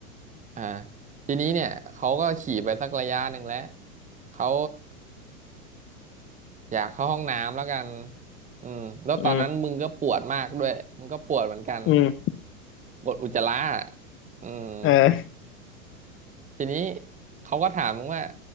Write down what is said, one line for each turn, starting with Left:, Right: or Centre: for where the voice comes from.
Right: อ่าทีนี้เนี่ยเขาก็ขี่ไปสักระยะหนึ่งแล้วเขาอยากเข้าห้องน้ำแล้วกันอืมแล้วตอนนั้นมึงก็ปวดมากด้วยมึงก็ปวดเหมือนกัน
Left: อืมอืม
Right: ปวดอุจจาระอะอืม
Left: เออ
Right: ทีนี้เขาก็ถามมึงว่า